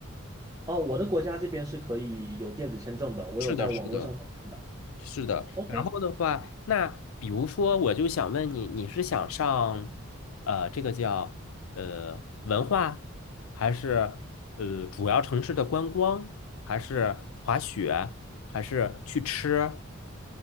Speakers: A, on the right; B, on the left.
A: 哦，我的国家这边是可以有电子签证的，我有在网络上看到。
B: 是的，是的，是的。
A: OK。
B: 然后的话，那比如说，我就想问你，你是想上呃这个叫呃文化，还是呃主要城市的观光，还是滑雪，还是去吃？